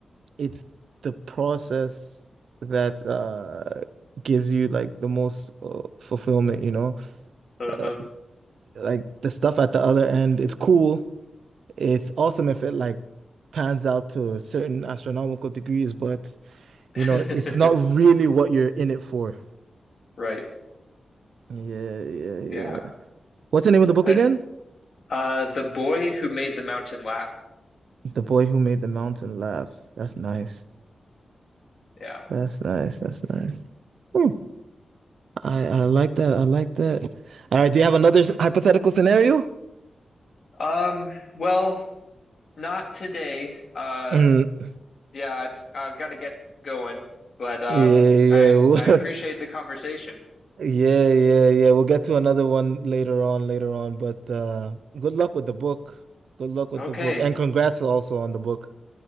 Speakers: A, on the right; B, on the left.
A: it's the process that uh gives you like the most uh, fulfillment, you know?
B: Uh-huh.
A: Uh, Like the stuff at the other end, it's cool. It's awesome if it like pans out to certain astronomical degrees, but
B: <laughs>
A: you know, it's not really what you're in it for.
B: Right.
A: Yeah, yeah, yeah.
B: Yeah.
A: What's the name of the book
B: And,
A: again?
B: uh The Boy Who Made the Mountain Laugh.
A: The Boy Who Made the Mountain Laugh. That's nice.
B: Yeah.
A: That's nice. That's nice. Hmm. I, I like that. I like that. All right. Do you have another s- hypothetical scenario?
B: Um, well, not today. Uh
A: Mm,
B: Yeah, I've I've got to get going, but um,
A: yeah,
B: I
A: yeah.
B: I appreciate
A: <laughs>
B: the conversation.
A: Yeah, yeah, yeah. We'll get to another one later on, later on. But uh good luck with the book. Good luck with
B: Okay,
A: the book. And congrats also on the book.